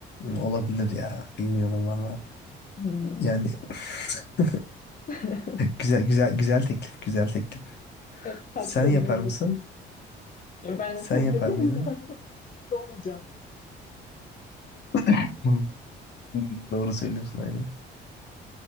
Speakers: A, on the left; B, on the left.
A: Olabilir ya. Bilmiyorum valla.
B: Hmm.
A: Yani <laughs>
B: <laughs>
A: Güzel güzel güzel teklif, güzel teklif.
B: Ya Patronuna
A: Sen yapar
B: ileteyim.
A: mısın?
B: Ya ben
A: Sen
B: kabul
A: yapar
B: ederim
A: mıydın?
B: zaten <laughs> ofiste olacağım.
A: <laughs> Hı. Doğru söylüyorsun aynen.